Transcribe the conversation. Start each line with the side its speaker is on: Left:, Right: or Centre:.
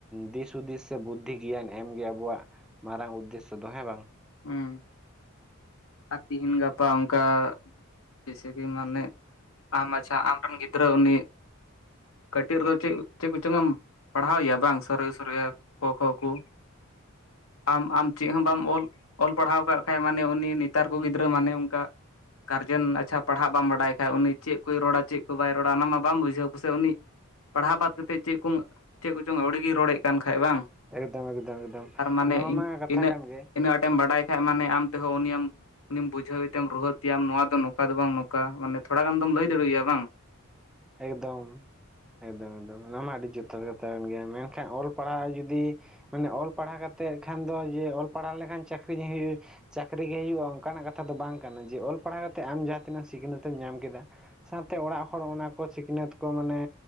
Centre: ᱫᱤᱥᱼᱦᱩᱫᱤᱥ ᱥᱮ ᱵᱩᱫᱽᱫᱷᱤ ᱜᱮᱭᱟᱱ ᱮᱢ ᱜᱮ ᱟᱵᱚᱣᱟᱜ ᱢᱟᱨᱟᱝ ᱩᱫᱽᱫᱮᱥ ᱥᱚ ᱫᱚ ᱦᱮᱸ ᱵᱟᱝ
Left: <unintelligible> ᱟᱨ ᱛᱤᱦᱤᱧ ᱜᱟᱯᱟ ᱚᱝᱠᱟ ᱡᱮᱥᱮ ‌ᱠᱤ ᱢᱟᱱᱮ ᱟᱢ ᱟᱪᱪᱷᱟ ᱟᱢ ᱨᱮᱱ ᱜᱤᱫᱽᱨᱟᱹ ᱩᱱᱤ ᱠᱟᱹᱴᱤᱡ ᱨᱮ ᱫᱚ ᱪᱮᱫ ᱠᱚᱪᱚᱝ ᱯᱟᱲᱦᱟᱣ ᱮᱭᱟ ᱵᱟᱝ <unintelligible> ᱠᱚ ᱠᱷᱚ ᱠᱩ ᱟᱢ ᱟᱢ ᱪᱮᱫ ᱦᱚᱸ ᱵᱟᱢ ᱚᱞ ᱚᱞ ᱯᱟᱲᱦᱟᱣ ᱠᱟᱜ ᱠᱷᱟᱡ ᱢᱟᱱᱮ ᱩᱱᱤ ᱱᱤᱛ ᱧᱮᱛᱟᱨ ᱠᱚ ᱜᱤᱫᱽᱨᱟᱹ ᱢᱟᱱᱮ ᱚᱝᱠᱟ ᱜᱟᱨᱡᱟᱱ ᱟᱪᱪᱷᱟ ᱯᱟᱲᱦᱟᱜ ᱵᱟᱢ ᱵᱟᱰᱟᱭ ᱠᱷᱟᱡ ᱩᱱᱤ ᱪᱮᱫ ᱠᱚᱭ ᱨᱚᱲᱟ ᱪᱮᱫ ᱠᱚ ᱵᱟᱭ ᱨᱚᱲᱟ ᱚᱱᱟ ᱢᱟ ᱵᱟᱢ ᱵᱩᱡᱷᱟᱹᱣ ᱯᱟᱥᱮᱡ ᱩᱱᱤ ᱯᱟᱲᱦᱟᱣ ᱵᱟᱫᱽ ᱠᱟᱛᱮᱫ ᱪᱮᱫ ᱠᱚ ᱪᱮᱫ ᱠᱚᱪᱚᱝ ᱟᱹᱣᱲᱤ ᱜᱮ ᱨᱚᱲ ᱮᱫ ᱠᱟᱱ ᱠᱷᱟᱡ ᱵᱟᱝ
Centre: ᱮᱠᱫᱚᱢ ᱮᱠᱫᱚᱢ ᱮᱠᱫᱚᱢ
Left: ᱟᱨ ᱢᱟᱱᱮ
Centre: ᱱᱚᱣᱟ ᱢᱟ ᱠᱟᱛᱷᱟ
Left: ᱤᱧ
Centre: ᱠᱟᱱ ᱜᱮ
Left: ᱤᱱᱟᱹᱜ ᱟᱸᱴᱮᱢ ᱵᱟᱰᱟᱭ ᱠᱷᱟᱡ ᱢᱟᱱᱮ ᱟᱢ ᱛᱮᱦᱚᱸ ᱩᱱᱤ ᱮᱢ ᱩᱱᱤᱢ ᱵᱩᱡᱷᱟᱹᱣ ᱮᱛᱮᱢ ᱨᱩᱦᱮᱫ ᱮᱭᱟᱢ ᱱᱚᱣᱟ ᱫᱚ ᱱᱚᱝᱠᱟ ᱫᱚ ᱵᱟᱝ ᱱᱚᱝᱠᱟ ᱢᱟᱱᱮ ᱛᱷᱚᱲᱟ ᱜᱟᱱ ᱫᱚᱢ ᱞᱟᱹᱭ ᱫᱟᱲᱮ ᱣᱟᱭᱟ ᱵᱟᱝ
Centre: ᱮᱠᱫᱚᱢ ᱮᱠᱫᱚᱢ ᱮᱠᱫᱚᱢ ᱚᱱᱟ ᱢᱟ ᱟᱹᱰᱤ ᱡᱚᱛᱷᱟᱛ ᱠᱟᱛᱷᱟ ᱠᱟᱱ ᱜᱮᱭᱟ ᱢᱮᱱᱠᱷᱟᱱ ᱚᱞ ᱯᱟᱲᱦᱟᱣ ᱡᱩᱫᱤ ᱢᱟᱱᱮ ᱚᱞ ᱯᱟᱲᱦᱟᱣ ᱠᱟᱛᱮᱜ ᱠᱷᱟᱱ ᱫᱚ ᱡᱮ ᱚᱞ ᱯᱟᱲᱦᱟᱣ ᱞᱮᱠᱷᱟᱱ ᱪᱟᱹᱠᱨᱤ <unintelligible> ᱦᱩᱭᱩᱭᱩᱜ ᱪᱟᱹᱠᱨᱤ ᱜᱮ ᱦᱩᱭᱩᱜᱼᱟ ᱚᱱᱠᱟᱱᱟᱜ ᱠᱟᱛᱷᱟ ᱫᱚ ᱵᱟᱝ ᱠᱟᱱᱟ ᱡᱮ ᱚᱞ ᱯᱟᱲᱦᱟᱣ ᱠᱟᱛᱮ ᱟᱢ ᱡᱟᱸᱦᱟ ᱛᱤᱱᱟᱹᱜ ᱥᱤᱠᱷᱱᱟᱹᱛ ᱛᱮᱢ ᱧᱟᱢ ᱠᱮᱫᱟ᱾ ᱥᱟᱶ ᱛᱮ ᱚᱲᱟᱜ ᱦᱚᱲ ᱚᱱᱟ ᱠᱚ ᱥᱤᱠᱷᱱᱟᱹᱛ ᱠᱚ ᱢᱟᱱᱮ